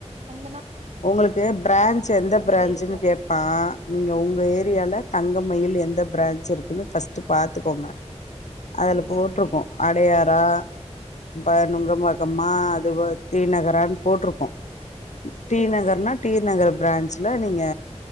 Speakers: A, on the right (about 75°); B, on the left (about 85°).
A: அந்
B: உங்களுக்கு ப்ரான்ச் எந்த ப்ரான்ச்சுன்னு
A: மாதிரி இருக்கு
B: கேட்பா நீங்க உங்க ஏரியால தங்கமயில் எந்த பிரான்ச் இருக்குனு ஃபர்ஸ்ட்டு பாத்துக்கோங்க அதுல
A: சரி
B: போட்டுருக்கு
A: சரி.
B: அடையாரா ம் <unintelligible> நுங்கம்பக்கமா அது போல தீ நகரான்னு போட்டிருக்கு டி
A: சரி
B: நகர்னா
A: சரி.
B: டி நகர் பிரான்ச்ல நீங்க